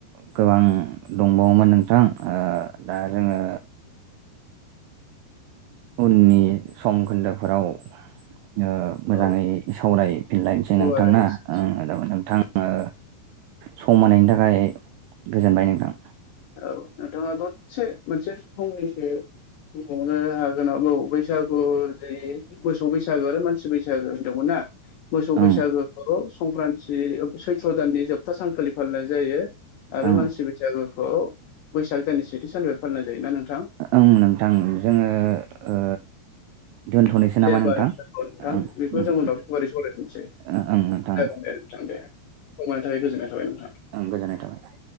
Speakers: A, on the right; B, on the left.
A: गोबां दंबावोमोन नोंथां ओ दा जोङो उननि सम खोन्दोफोराव ओ मोजाङै
B: औ
A: सावरायफिनलायनोसै
B: गुवारै
A: नोंथांना ओ नोंथां ओ सम मोनायनि थाखाय गोजोनबाय नोंथां।
B: औ नोथाङा दसे मोनसे फंनैसो बुंबावनो हागोन बौ बैसागु जे मोसौ बैसागो आरो मानसि बैसागो होनदोंमोन ना मोसौ
A: ओं
B: बैसागोखौ संक्रान्ति सैथ्र' दाननि जोबथा सानखालि फालिनाय जायो आरो
A: ओं
B: मानसि बैसागु खौ बैसाग दाननि सेथि साननिफ्राय फालि जायो दा नोंथां।
A: ओं नोंथां जोङो ओ दोनथ'नोसै नामा
B: दे होमबा
A: नोंथां
B: दोनथ' नोंथां
A: ओं
B: बेखौ
A: ओं
B: जों उनाव गुवारै सावरायफिनसै।
A: ओं ओं नोंथां
B: जागोन दे नोंथां दे। सम होनायनि थाखाय गोजोननाय थाबाय नोंथां
A: ओं गोजोननाय थाबाय।